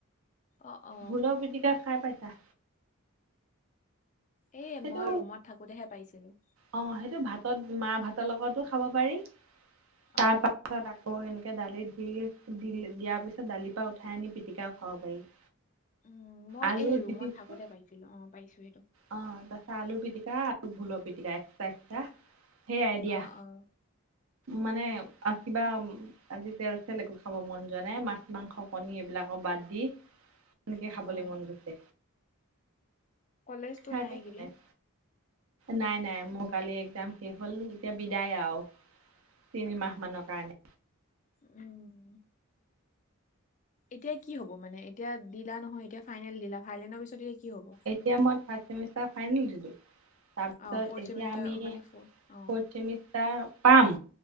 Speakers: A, on the left; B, on the right.
A: অ অ
B: ভোলৰ পিটিকা খাই পাইছা?
A: এই,
B: সেইটো
A: মই ৰুমত থাকোঁতেহে পাইছিলোঁ।
B: অ'! সেইটো ভাতত, মাৰ ভাতৰ লগতো খাব পাৰি। তাৰপা
A: অ
B: পাছত, আকৌ এনেকৈ দালিত দি, দিয়াৰ পিছত, দালিৰ পৰা উঠাই আনি, পিটিকাও খাব পাৰি। <inaudible>
A: উম, মই
B: আলু
A: এই, ৰুমত
B: পিটিকা
A: থাকোঁতেই পাইছিলোঁ। অ'! পাইছোঁ সেইটো।
B: অ'! তাৰপাছত, আলু পিটিকা আৰু ভোলৰ পিটিকা, এক্সট্ৰা-এক্সট্ৰা। সেয়াই দিয়া।
A: অ', অ'।
B: মানে, কিবা আজি, তেল-চেল একো খাবলৈ মন যোৱা নাই। মাছ, মাংস, কণী এইবিলাকক বাদ দি। সেনেকে
A: অ',
B: খাবলৈ মন গৈছে।
A: কলেজতো
B: <unintelligible>
A: নাই এইকেইদিন।
B: নাই, নাই, মোৰ কালি একজাম শেষ হ'ল। এতিয়া বিদায় আৰু তিনিমাহ মানৰ কাৰণে।
A: উম! এতিয়া কি হ'ব মানে? এতিয়া দিলা নহয়, এতিয়া ফাইনেল দিলা, ফাইনেলৰ পিছত এতিয়া কি হ'ব?
B: এতিয়া মই, থাৰ্ড ছেমিষ্টাৰৰ ফাইনেল দিলোঁ। তাৰপিছত,
A: অ', ফৰ্থ
B: এতিয়া
A: চেমিষ্টাৰ
B: আমি,
A: মানে
B: ফ'ৰ্থ
A: ফ অ',
B: ছেমি ছেমিষ্টাৰ পাম।